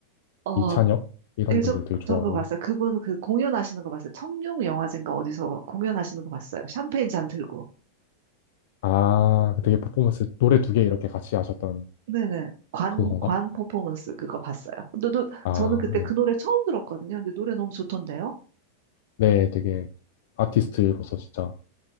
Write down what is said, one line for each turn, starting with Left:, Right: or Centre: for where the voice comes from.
Right: 어,
Left: 이찬혁 이런
Right: 예, 저,
Left: 분들 되게 좋아하고요.
Right: 저 그거 봤어요. 그분 그 공연하시는 거 봤어요. 청룡 영화제인가 어디서 공연하시는 거 봤어요. 샴페인 잔 들고.
Left: 아, 그 되게 퍼포먼스 노래 두 개 이렇게 같이 하셨던
Right: 네네. 관,
Left: 그건가?
Right: 관 퍼포먼스 그거 봤어요. 근데 노-
Left: 아,
Right: 저는 그때
Left: 네.
Right: 그 노래 처음 들었거든요. 근데 노래 너무 좋던데요?
Left: 네, 되게 아티스트로서 진짜